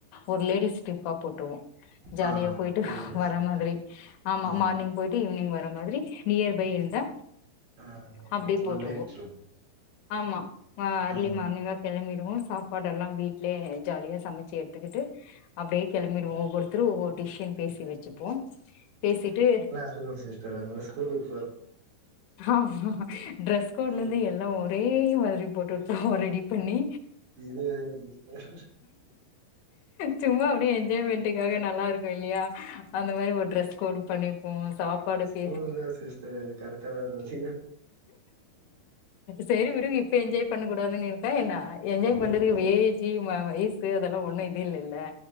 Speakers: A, on the left; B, on the right.
A: ஒரு லேடிஸ் ட்ரிப்பா போட்ருவோ ஜாலியா
B: ஆ
A: போயிட்டு
B: புரியுது
A: வர
B: சிஸ்டர்
A: மாதிரி ஆமா
B: ஆ
A: மார்னிங் போயிட்டு ஈவினிங் வர மாதிரி நியர் பை இருந்தா
B: ஆ
A: அப்டி
B: ஒ ஒன்
A: போட்டுருவோ
B: டே ட்ரிப்
A: ஆமா வ எர்லி
B: ஆ
A: மார்னிங்கா கிளம்பிடுவோ சாப்பாடு எல்லா வீட்லயே ஜாலியா சமச்சி எடுத்துக்கிட்டு அப்டியே கிளம்பிடுவோ ஒவ்வொருத்தரு ஒவ்வொரு டிஷன்னு பேசி வச்சுப்போ பேசிட்டு
B: ஹலோ சிஸ்டர் <unintelligible>
A: ஆமா டிரெஸ் கோட்ல
B: அது
A: இருந்து எல்லா ஓ ஒரே மாதிரி போட்டுட்டுதா ரெடி பண்ணி
B: இது வேற சிஸ்டர்
A: சும்மா அப்டியே என்ஜாய்மென்ட்டுக்காக நல்லா இருக்கு இல்லையா அந்த மாரி ஒரு டிரெஸ் கோடு பண்ணிப்போ சாப்பாடு பேசி
B: மூணு பேருதானே சிஸ்டரு எனக்கு கரெக்டானதானு தெரியாது
A: சேரி விடுங்க இப்ப என்ஜாய் பண்ண கூடாதுன்னு இருக்கா என்ன என்ஜாய் பண்றதுக்கு
B: இல்ல
A: வே ஏஜு வ வயசு அதெல்லா ஒண்ணு இது இல்லேல